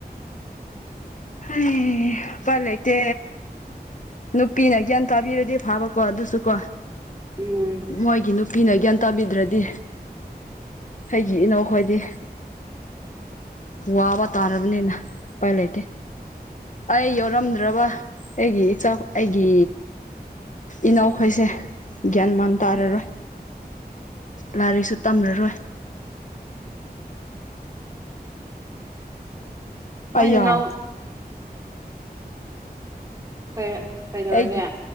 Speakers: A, on the left; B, on the right.
A: ꯑ ꯐ ꯂꯩꯀ ꯅꯨꯄꯤꯅ ꯒ꯭ꯌꯥꯟ ꯇꯥꯕꯤꯔꯗꯤ ꯐꯥꯕꯀꯣ ꯑꯗꯨꯁꯨ ꯀꯣ
B: ꯎꯝ
A: ꯃꯣꯏꯒꯤ ꯅꯨꯄꯤꯅ ꯒ꯭ꯌꯥꯟ ꯇꯥꯕꯤꯗ꯭ꯔꯗꯤ ꯑꯩꯒꯤ ꯏꯅꯥꯎꯈꯣꯏꯗꯤ ꯋꯥꯕ ꯇꯥꯔꯕꯅꯤꯅ ꯎꯄꯥꯏ ꯂꯩꯇꯦ ꯑꯩ ꯌꯥꯎꯔꯝꯗ꯭ꯔꯕ ꯑꯩꯒꯤ ꯏꯆꯥꯎ ꯑꯩꯒꯤ ꯏꯅꯥꯎꯈꯣꯏꯁꯦ ꯒ꯭ꯌꯥꯟ ꯃꯥꯟ ꯇꯥꯔꯔꯣꯏ
B: ꯎꯝ
A: ꯂꯥꯏꯔꯤꯛꯁꯨ ꯇꯝꯔꯔꯣꯏ
B: ꯅꯣꯏ
A: ꯑꯌꯥ
B: ꯅꯅꯥꯎ ꯀꯩꯔ ꯀꯩꯗꯧꯔꯒꯦ
A: ꯑꯩꯒꯤ